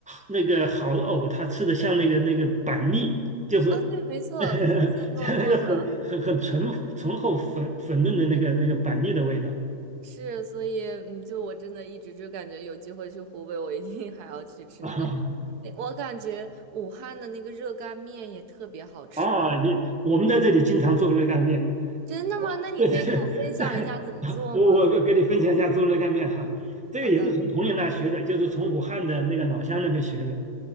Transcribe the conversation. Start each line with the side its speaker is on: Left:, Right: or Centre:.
Centre: 那个好的藕，它吃的像那个那个板栗，就是
Right: 啊！对，没错，
Centre: <laughs>
Right: 粉粉糯糯的。
Centre: 像那个很很很醇醇厚粉粉嫩的那个那个板栗的味道
Right: 是，所以嗯，就我真的一直就感觉有机会去湖北，我一定还要去吃那个。
Centre: 啊。<laughs>
Right: 那我感觉武汉的那个热干面也特别好吃。
Centre: 哦，你我们在这里经常做热干面。
Right: 真的吗？
Centre: <laughs>
Right: 那你可以跟我分享一下怎么做吗？
Centre: 对对对，在 <laughs> 我我跟跟你分享一下猪肉干面哈，这个也是从朋友那学的，
Right: 好的，
Centre: 就是从武汉的那个老乡那边学的。